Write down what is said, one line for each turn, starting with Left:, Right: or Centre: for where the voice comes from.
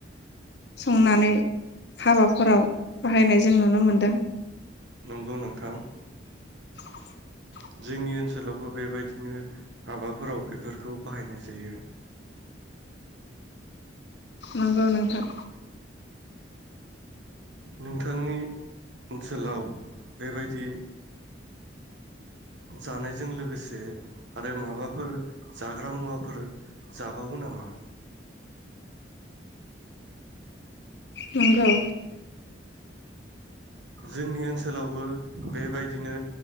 Left: संनानै हाबाफोराव, बाहायनाय जों नुनो मोनदों
Right: नंगौ नोंथां,
Left: <inaudible>
Right: जोंनि ओनसोलावबो बेबायदिनो हाबाफोराव बेफोरखौ बाहायनाय जायो।
Left: नंगौ नोंथां
Right: नोंथांनि ओनसोलाव बेबायदि, जानायजों लोगोसे आरो माबा, फोर जाग्रा मुवाफोर जाबावो नामा?
Left: नंगौ,
Right: जोंनि ओनसोलावबो बेबायदिनो